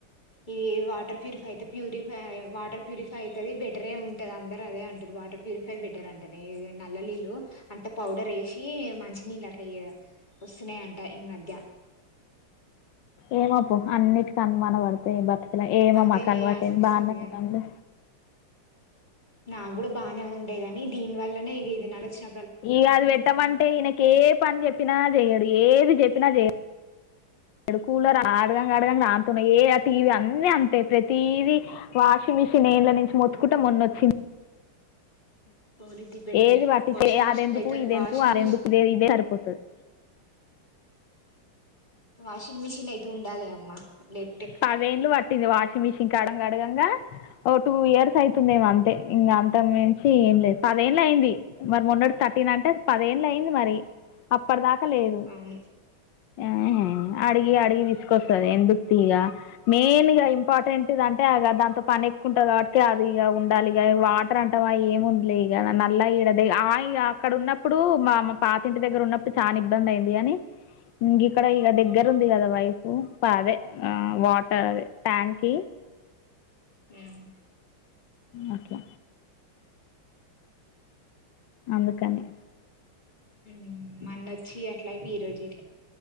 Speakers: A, on the left (about 20°); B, on the left (about 70°).
A: ఈ వాటర్ ప్యూరిఫై అయితే ప్యూరిఫై వాటర్ ప్యూరిఫై అయితేది బెటరే ఉంటది అందరు అదే అంటారు వాటర్ ప్యూరిఫై బెటర్ అంట న నల్ల నీళ్ళు అంత పౌడర్ వేసి మంచినీళ్ళు అ వస్తున్నాయి అంట ఈ మధ్య
B: ఏమప్పు అన్నింటికి అనుమాన పడతాయి బర్ ఇలా ఏమమ్
A: అంతేలే
B: మాకు అలవాటె
A: అనిపిస్తుంది
B: బాగానే ఉన్నాంది
A: నా కూడా బాగానే ఉండే గాని దీని వల్లనే ఇ ఇది న ఆలోచిన
B: ఇగ అది పెట్టమంటే ఈయనకే ఏ పని చెప్పినా చెయ్యడు ఏది చెప్పినా చేయడు కూలర్ అడగంగాడగంగ అతన్ ఏ ఆ టీవీ అన్నీ అంతే ప్రతిీదీ వాషింగ్ మిషిన్ ఏండ్ళ నుంచి మొత్తుకుంటే మొన్నొచ్చింది
A: పోనీతి బెటరే
B: ఏది బట్టి
A: వాషింగ్
B: అదెందుకు
A: మిషిన్ అయితే
B: ఇదెందుకు
A: వాషింగ్
B: అరెందుకు
A: మిషిన్
B: ఇదే సరిపోతుంది
A: అే వాషింగ్ మిషిన్ అయితే ఉండాలి అమ్మా లేకుంటే
B: పదేంళు పట్టింది వాషింగ్ మిషన్ కడగంగడగంగా ఓ టూ ఇయర్స్ అవుతుందేమో అంతే ఇంకా అంత మించి ఏం లేదు పదేలయింది మరి మొన్నటి ఇదంతా పదహేళ్ళ అయింది మరి అప్పడుదాక కలేదు
A: అవును
B: ఆ అడిగి అడిగి దిస్ స్తంది ఎందుకు ఇగ మెయిన్గా ఇంపార్టెంట్ అంటే దాంతో పని ఎక్కువుటాది కాబట్టి అది ఇ ఉండాలి వాటర్ అంటవ ఏముందిలే ఇ నల్ల ఈడది ఇ అక్కడ ఉన్నప్పుడు మా మా పాతింటి దగ్గర ఉన్నప్పుడు చాలా ఇబ్బంది అయింది గాని ఇంగ్ ఇక్కడ ఈక దగ్గర ఉంది కదా వైఫ ఉమ్ పాదే ఆ వాటర్ ట్యాంక్
A: ఉమ్
B: ఓకే అందుకని
A: ఉమ్ మన్నొచ్చి అట్లాయి ప ఈ రోజులే